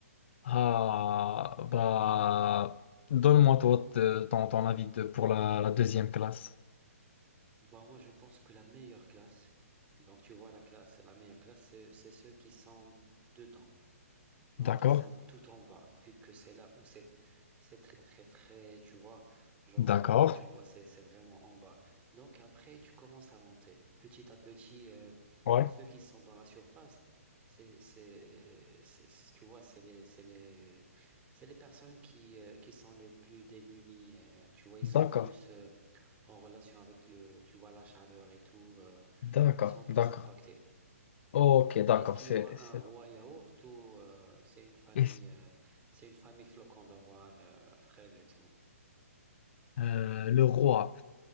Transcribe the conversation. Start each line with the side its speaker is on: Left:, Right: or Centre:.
Left: Ah bah donne-moi toi te- ton, ton avis de- pour la la deuxième classe.
Right: Bah, moi, je pense que la meilleure classe, donc tu vois la classe, la meilleure classe, c'est c'est ceux qui sont dedans. Donc,
Left: D'accord,
Right: ils sont tout en bas, vu que c'est là où c'est c'est très très frais, tu vois. Genre,
Left: d'accord,
Right: euh, tu vois, c'est c'est vraiment en bas. Donc, après, tu commences à monter. Petit à petit, euh,
Left: ouais,
Right: ceux qui sont dans la surface, c'est, c'est, c'est- c'est- tu vois, c'est les, c'est les, c'est les personnes qui, euh, qui sont les plus démunies. euh, tu vois, ils
Left: d'accord,
Right: sont plus euh, en relation avec le, tu vois, la chaleur et tout. euh,
Left: d'accord,
Right: ils sont plus
Left: d'accord.
Right: impactés.
Left: Ok, d'accord,
Right: Est-ce qu'il
Left: c'est,
Right: y aura
Left: c'est-
Right: un roi yaourt ou euh, c'est une famille,
Left: et- c'est-
Right: euh, c'est une famille flocon d'avoine, euh, fraises et tout?
Left: euh, le roi.